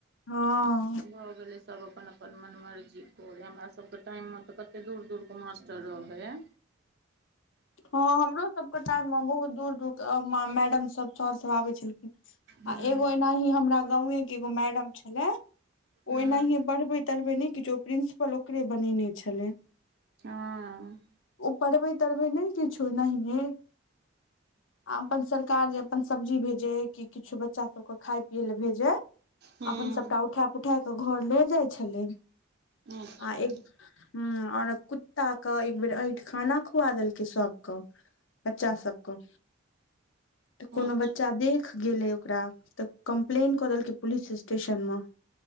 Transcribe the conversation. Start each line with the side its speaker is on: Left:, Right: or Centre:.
Left: हँ
Right: भऽ गेलय सब अपन अपन मन मर्जी करे हमरा सब के टाइम में त कते दूर दूर के मास्टर रहय
Left: हँ हमरो सबके टाइम में बहुत दूर दूर के अ मैडम सब चर सब आबे छलखिन
Right: हूँ
Left: आ एगो एनाही हमरा गांवे के एगो मैडम छलय ओ
Right: हूँ
Left: एनाहिए पढ़बै तढ़बै नय किछो प्रिंसिपल ओकरे बनेने छलय
Right: हँ
Left: ओ पढ़बे तढ़बै नय किछो नहिये आ अपन सरकार जे अपन सब्जी भेजै कि किछु बच्चा सब के खाय पियए लय भेजै
Right: हूँ
Left: अपन सबटा उठाए पुठाए तऽ घर लो जाइ छलै
Right: हूँ अच्छा
Left: आ एक हं और कुत्ता क एक बेेर अइंठ खाना खुआ देलकय सब को बच्चा सबकः तऽ कोनो
Right: अच्छा
Left: बच्चा देख गेलै ओकरा तऽ कम्प्लेन कऽ देलकै पुलिस स्टेशन मे